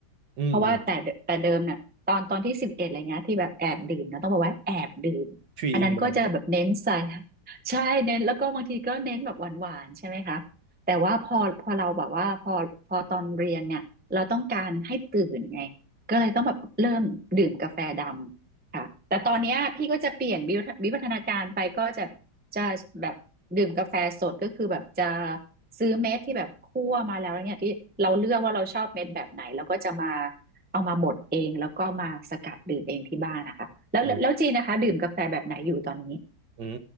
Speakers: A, on the right; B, on the right.
A: อืมอืม
B: เพราะว่าแต่เดิแต่เดิมเนี่ยตอนตอนที่สิบเอ็ดอะไรเงี้ยที่แบบแอบดื่มนะต้องบอกว่าแอบดื่มอันนั้นก็จะแบบเน้นใส่
A: three in one
B: <laughs> ใช่เน้นแล้วก็บางทีก็เน้นแบบหวานๆใช่ไหมคะแต่ว่าพอพอเราแบบว่าพอพอตอนเรียนเนี่ยเราต้องการให้ตื่นไงก็เลยต้องแบบเริ่มดื่มกาแฟดำ ค่ะแต่ตอนเนี้ยพี่ก็จะเปลี่ยนวิวัฒวิวัฒนาการไปก็จะจะแบบดื่มกาแฟสดก็คือแบบจะซื้อเม็ดที่แบบคั่วมาแล้วเนี่ยที่เราเลือกว่าเราชอบเม็ดแบบไหนแล้วก็จะมาเอามาบดเองแล้วก็มาสกัดดื่มเองที่บ้านนะคะแล้วแล้วจีนนะคะดื่มกาแฟแบบไหนอยู่ตอนนี้
A: อืม อืม